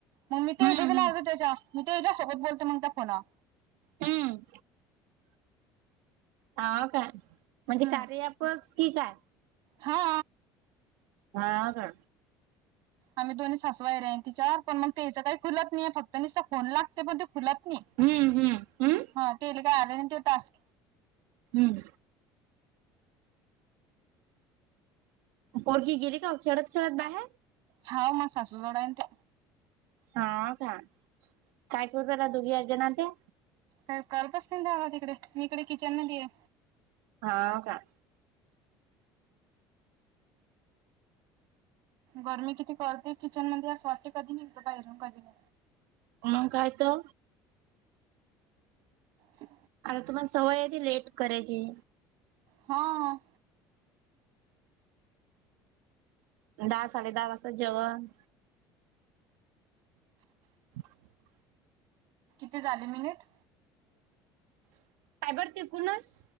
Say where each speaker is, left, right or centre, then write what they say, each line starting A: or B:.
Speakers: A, on the right (about 55°); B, on the right (about 85°).
A: मग मी तेले
B: हम्म हम्म
A: बी लावतेो त्याच्या मी ते त्याच्यासोबत बोलतेो मग त्या फोना
B: हम्म ह काय म्हणजे
A: हम्म
B: कार्यापस की काय
A: हा
B: हा का
A: आम्ही दोन्ही सासूईरन ति चार पण मग त्याचं काही खुलत नाहीे फक्त निसता फोन लागत ते म खुलत नाही
B: हम्म हम्म हम्म.
A: हा ते काय आले ते तास
B: हम्म ओळखी गेली का खेळत खेळत बाहेर
A: हा म सासू जोडाय ते
B: हा का कायकुर ना दुघी आ जेणते
A: का करतच नाही दवा तिकडे मी इकडे किचन मध्ये आहे
B: हा काय
A: गरमी किती कळते किचन मध्ये असं वाटे कधी निघतो बाहेरून कधी नि
B: मग काय त
A: ह
B: आता तुम्हाला सवयधी लेट करायची
A: हा
B: दहा साडे दहा वाजता जेवण <inaudible>
A: किती झाले मिनिट
B: सायबर टिकूनस